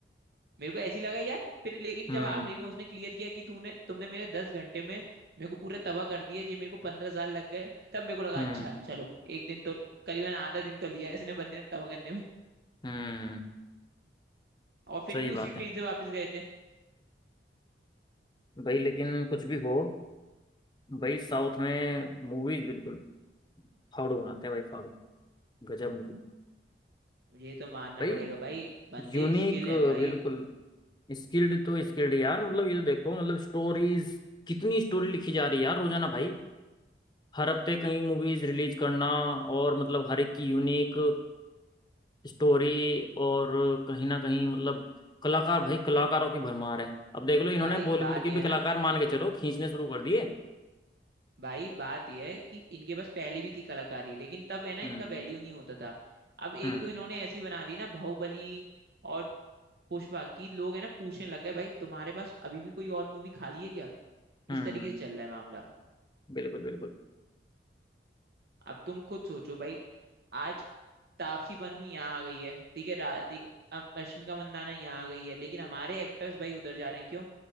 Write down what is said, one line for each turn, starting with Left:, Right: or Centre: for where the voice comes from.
Right: मेरे को ऐसी लगा यार फिर लेकिन
Left: हम्म
Right: जब आखिरी में उसने क्लियर किया कि तूने तुमने मेरे दस घंटे में मेरे को पूरा तबाह कर दिया जी मेरे को पंद्रह साल लग गए तब मेरे को लगा
Left: हम्म
Right: अच्छा चलो एक दिन तो करीबन आधा दिन तो लिया इसने बंदे ने तबाह करने में
Left: हम्म
Right: और फिर
Left: सही
Right: भी उसी
Left: बात
Right: ट्रेन
Left: है
Right: से वापस गए थे
Left: भाई लेकिन कुछ भी हो भाई साउथ में मूवीज बिल्कुल फाड़ू बनाते हैं भाई फाड़ू गजब मूवी
Right: ये तो मानना
Left: भाई
Right: पड़ेगा भाई बंदे
Left: यूनिक
Right: स्किल है भाई
Left: बिल्कुल स्किल्ड तो स्किल्ड यार मतलब ये तो देखो मतलब स्टोरीज कितनी स्टोरी लिखी जा रही है यार रोजाना भाई हर हफ्ते कई मूवीज रिलीज करना और मतलब हर एक की यूनिक स्टोरी और कहीं ना कहीं मतलब कलाकार भाई कलाकारों की भरमार है अब देख लो इन्होंने
Right: भाई
Left: बॉलीवुड
Right: बात
Left: के
Right: ये
Left: भी
Right: है ना
Left: कलाकार मान के चलो खींचने शुरू कर दिए
Right: भाई बात यह है कि इनके पास पहले भी थी कलाकारी लेकिन तब है ना
Left: हम्म
Right: इनका वैल्यू नहीं होता था अब
Left: हम्म
Right: एक दो इन्होंने ऐसी बना दी ना बाहुबली और पुष्पा की लोग है ना पूछने लग गए भाई तुम्हारे पास अभी भी कोई और मूवी खाली है क्या
Left: हम्म
Right: इस तरीके से चल रहा है मामला
Left: बिल्कुल बिल्कुल
Right: अब तुम खुद सोचो भाई आज तापसी पन्नू यहाँ आ गई है ठीक है राधिका अम, रश्मिका मंदाना यहाँ आ गई है लेकिन हमारे एक्टर्स भाई उधर जा रहे हैं क्यों